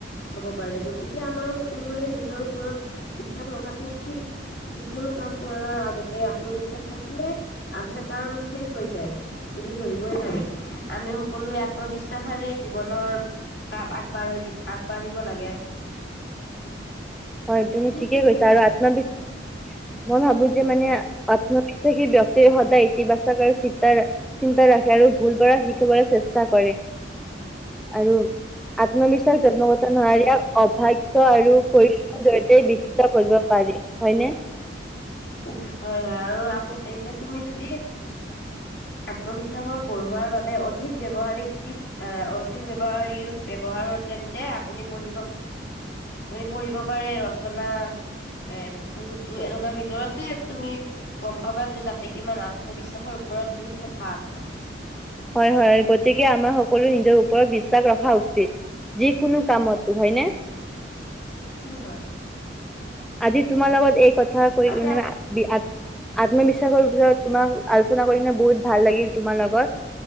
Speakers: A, on the left; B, in the centre.
A: হব পাৰে। গতিকে আমাৰ সকলোৰে নিজৰ ওপৰত বিশ্বাস ৰখটো উচিত যিকোনো কাম কৰাৰ আগতে আত্মবিশ্বাস থাকিলে আধা কাম শেষ হৈ যায় বুলি ধৰিবই পাৰি আমি সকলোৱে আত্মবিশ্বাসৰে জীৱনৰাপ আগবাঢ় আগবাঢ়িব লাগে <inaudible>
B: হয় তুমি ঠিকেই
A: কি বুলি
B: কৈছা
A: ভাবা
B: আৰু আত্মবিশ্ব মই ভাবো যে মানে আত্ম <unintelligible> ব্যক্তিয়ে সদায় ইতিবাচক আৰু চিন্তা চিন্তা ৰাখে আৰু ভুল পৰা শিকিবলৈ চেষ্টা কৰে <inaudible> আৰু আত্মবিশ্বাস জন্মগত নোৱাৰীয়া অভাগ্য আৰু পৰি জৰিতেই বিশিকা কৰিব পাৰি হয়নে
A: <unintelligible> হয় হয় আৰু আপু এতিয়া তুমি যদি আত্মবিশ্বাসৰ বঢ়োৱাৰ বাবে অধিক ব্যৱহাৰিক টিপ আহ অধিক ব্যৱহাৰিক ব্যৱহাৰ তেন্তে আপুনি পঢ়িব আপনি পঢ়িব পাৰে ৰচনা এ বহুতো এনেকুৱা ভিতৰত তুমি গম পাবা যে তাতে কিমান আত্মবিশ্বাসৰ ওপৰত বহুত কথা আছে
B: হয় হয় গতিকে আমাৰ সকলো নিজৰ ওপৰত বিশ্বাস ৰখা উচিত যিকোনো কামত হয় ন
A: হয় হয়
B: আজি তুমাল লগত এই ক <unintelligible> কৰি
A: আজি
B: উ আত্মবিশ্বাসৰ ভিতৰত তোমাক আলোচনা কৰি হেনে বহুত ভাল লাগিল তোমাৰ লগত